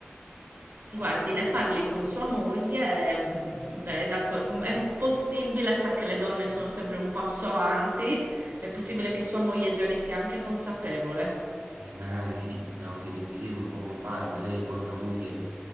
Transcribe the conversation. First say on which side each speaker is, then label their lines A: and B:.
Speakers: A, on the right (about 50°); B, on the right (about 75°).
A: Guardi, ne parli con sua moglie, e, mh, veda, co- mm, è possibile, sa che le donne sono sempre un passo avanti, è possibile che sua moglie già ne sia anche consapevole.
B: Eh, magari sì, dobbiamo vedere insieme un po' come fare, ma lei poi, mia moglie,